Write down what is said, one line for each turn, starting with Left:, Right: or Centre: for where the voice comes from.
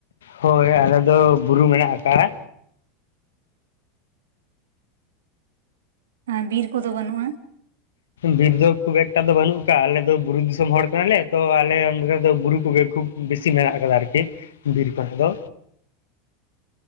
Left: ᱦᱳᱭ ᱟᱞᱮ ᱫᱚ ᱵᱩᱨᱩ ᱢᱮᱱᱟᱜ ᱟᱠᱟᱜᱼᱟ
Right: ᱟᱨ ᱵᱤᱨ ᱠᱚᱫᱚ ᱵᱟᱹᱱᱩᱜᱼᱟ
Left: ᱵᱤᱨ ᱫᱚ ᱠᱷᱩᱵ ᱮᱠᱴᱟ ᱫᱚ ᱵᱟᱹᱱᱩᱜ ᱠᱟᱜ-ᱟ ᱟᱞᱮ ᱫᱚ ᱵᱩᱨᱩ ᱫᱤᱥᱚᱢ ᱦᱚᱲ ᱠᱟᱱᱟᱞᱮ ᱛᱚ ᱟᱞᱮ ᱚᱸᱰᱮ ᱫᱚ ᱵᱩᱨᱩ ᱠᱚᱜᱮ ᱠᱷᱩᱵᱽ ᱵᱤᱥᱤ ᱱᱟᱜ ᱟᱠᱟᱫᱟ ᱟᱨᱠᱤ ᱵᱤᱨ ᱠᱷᱚᱱᱟᱜ ᱫᱚ